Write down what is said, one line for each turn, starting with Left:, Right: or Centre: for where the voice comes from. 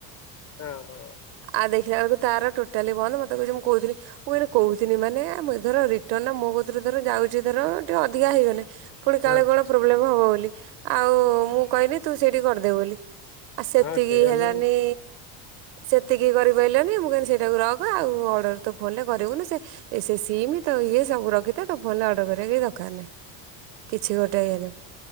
Left: ଓ ହୋ।
Right: ଆଉ ଦେଖିଲା ବେଳକୁ ତାର ଟୋଟାଲି ବନ୍ଦ ମତେ କହୁଛି ମୁଁ କହୁଥିଲି। ମୁଁ କହୁଥିଲିନି ମାନେ ଧର ରିଟର୍ଣ ମୋ କତିରୁ ଧର ଯାଉଛି ଧର ଟିକେ ଅଧିକା ହେଇଗଲେ। ପୁଣି
Left: ହଁ
Right: କାଳେ କଣ ପ୍ରୋବ୍ଲେମ ହବ ବୋଲି ଆଉ ମୁଁ କହଲି ତୁ ସେଇଠି କରିଦେବୁ ବୋଲି। ଆଉ ସେତିକି
Left: ହଁ ସେଇଆ
Right: ହେଲାନି।
Left: ନୁହେଁ
Right: ସେତିକି କରିପାରିଲନି ମୁଁ କହିଲି ସେଟାକୁ ରହକ ଆଉ ଅର୍ଡ଼ର ତୁ ଫୋନ୍ରରେ କରିବୁନି ସେ। ଏ ସେ ସିଇମି ତ ଇଏ ସବୁ ରଖିଥା ତ ଫୋନ୍ ରେ ଅର୍ଡ କରିବା କିଛି ଦରକାର ନାହିଁ। କିଛି ଗୋଟେ ଇଏଲା।